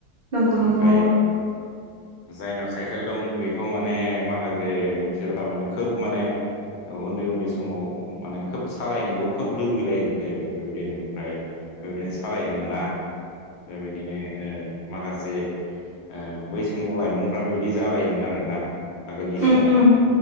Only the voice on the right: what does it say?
नंगौ नंगौ
औ
उम
उम